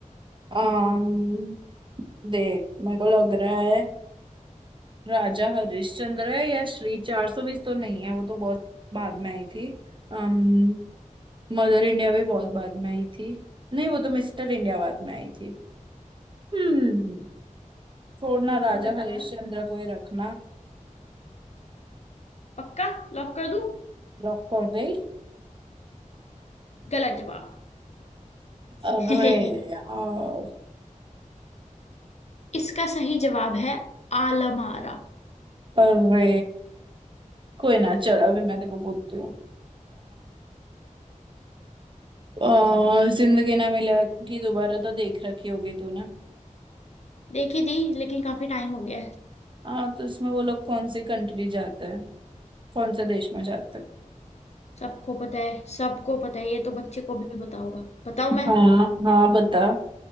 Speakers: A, on the right (about 40°); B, on the left (about 55°).
A: अम्म देख मेरे को लग रहा है राजा हरिश्चंद्र है या श्री चार सौ बीस तो नहीं है वो तो बहुत बाद में आई थी अम्म मदर इंडिया भी बहुत बाद में आई थी नहीं वो तो मिस्टर इंडिया बाद में आई थी हम्म छोड़ना
B: बता
A: राजा
B: बता
A: हरिश्चंद्र को ही रखना
B: पक्का लॉक कर दूं
A: लॉक कर दे
B: गलत जवाब
A: अरे
B: <laughs>
A: यार
B: इसका सही जवाब है आलमारा
A: अरे कोई ना चल अभी मैं तेको पूछती हूँ और जिंदगी ना मिलेगी दोबारा तो देख रखी होगी तूने
B: देखी दी लेकिन काफी टाइम हो गया है
A: हाँ तो इसमें वो लोग कौन सी कंट्री जाते हैं कौन से देश में जाते हैं
B: सबको पता है सबको पता है ये तो बच्चे को भी पता होगा बताऊं मैं
A: हाँ हाँ बता